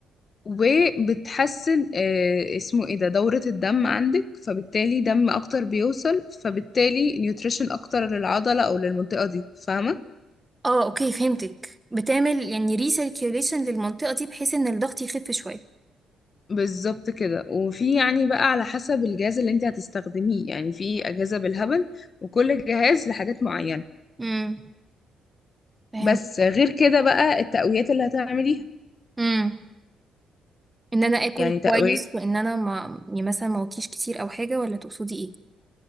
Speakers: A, on the left; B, on the right.
A: وبتحسن آه، اسمه ايه ده دورة الدم عندك فبالتالي دم اكتر بيوصل فبالتالي نيوتريشن اكتر للعضلة او للمنطقة دي فاهمة
B: اه اوكي فهمتك بتعمل يعني ريسيركيوليشن للمنطقة دي بحيث ان الضغط يخف شوية
A: بالظبط كده وفي يعني بقى على حسب الجهاز اللي انت هتستخدميه يعني في اجهزة بالهبل وكل جهاز لحاجات معينة
B: امم فهمت
A: بس غير كده بقى التقويات اللي هتعمليها
B: امم ان انا اكل
A: يعني تقوية
B: كويس وان انا ما يعني مثلا ما اوطيش كتير او حاجة ولا تقصدي ايه